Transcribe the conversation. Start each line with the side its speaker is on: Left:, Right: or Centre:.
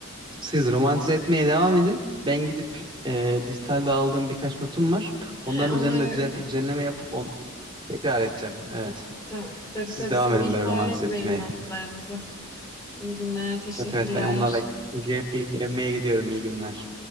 Right: Siz romantize etmeye devam edin. Ben gidip e, dijitalde aldığım birkaç notum var. Onların
Left: He, Onları
Right: üzerinde düzelt düzenleme yapıp onu tekrar edeceğim. Evet.
Left: Tabii, tabii
Right: Siz
Left: tabii
Right: devam
Left: siz
Right: edin
Left: ihmal
Right: böyle romantize
Left: etmeyin
Right: etmeye.
Left: notlarınızı. İyi günler, teşekkürler.
Right: Evet evet ben onlarla ilgilen- ilgilenmeye gidiyorum. İyi günler.